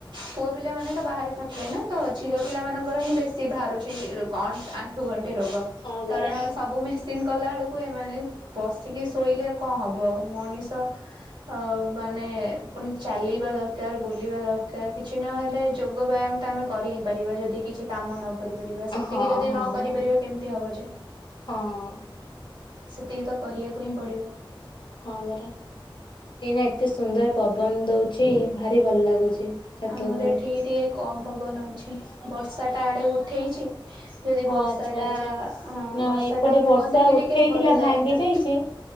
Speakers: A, on the right; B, on the left.
A: ପୁଅ ପିଲା ମାନେ ତ ବାହାରେ ଖଟିଲେ ନା ତ ଝିଅ ପିଲାମାନଙ୍କର ହିଁ ବେଶୀ ବାହାରୁଛିରୋ ଆଣ୍ଠୁ ଗଣ୍ଠି ରୋଗ
B: ହଁ ପରା।
A: କାରଣ ସବୁ ମ କଲା ବେଳକୁ ଏମାନେ ବସିକି ଶୋଇଲେ କଣ ହବ ମଣିଷ ଅ ମାନେ ପୁଣି ଚାଲିବା ଦରକାର ବୁଲିବା ଦରକାର କିଛି ନହେଲେ ଯୋଗ ବ୍ୟାୟାମ ତ ଆମେ କରି ହି ପାରିବା ଯଦି କିଛି କାମ ନ କରିପାରିବା ସେତିକି
B: ହଁ ହଁ
A: ଯଦି ନ
B: ହଁ
A: କରିପାରିବା କେମିତି ହବ ଯେ।
B: ହଁ।
A: ସେତିକି ତ କରିବାକୁ ହିଁ ପଡିବ।
B: ହଁ ପରା ଏଇନା ଏତେ ସୁନ୍ଦର ପବନ ଦଉଛି ଭାରି ଭଲ ଲାଗୁ <inaudible>
A: ଆମର ଏଠି ଟିକେ କମ ପବନ ଅଛି ବର୍ଷା। ତା ଆଡେ ଉଠେଇଛି ଯଦି
B: ଓ
A: ବର୍ଷାଟା
B: ଆଚ୍ଛା ଆଚ୍ଛା
A: ହଁ
B: ନା
A: ବର୍ଷା
B: ଏପଟେ
A: ଟା ହୁଅନ୍ତା
B: ବର୍ଷା
A: କି
B: ଉଠେଇଥିଲା
A: ଟିକେ ଭଲ ଲାଗନ୍ତା
B: ଭାଙ୍ଗି ଯାଇଛି